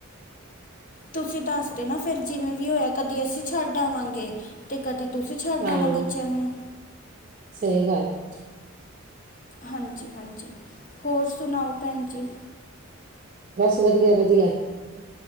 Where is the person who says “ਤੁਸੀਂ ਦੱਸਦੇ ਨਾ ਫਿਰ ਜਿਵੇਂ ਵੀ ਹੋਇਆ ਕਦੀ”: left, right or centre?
Left